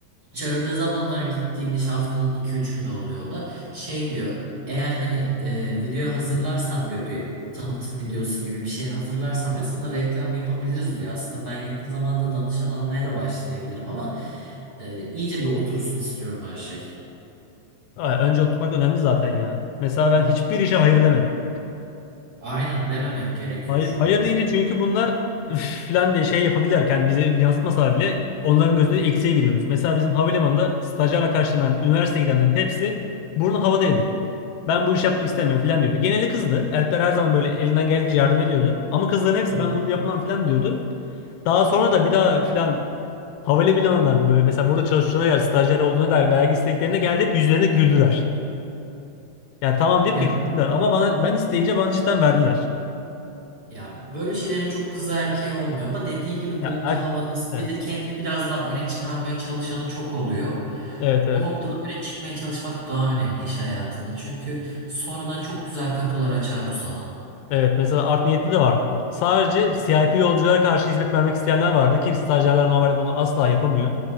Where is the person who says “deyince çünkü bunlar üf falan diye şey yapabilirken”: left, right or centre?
Left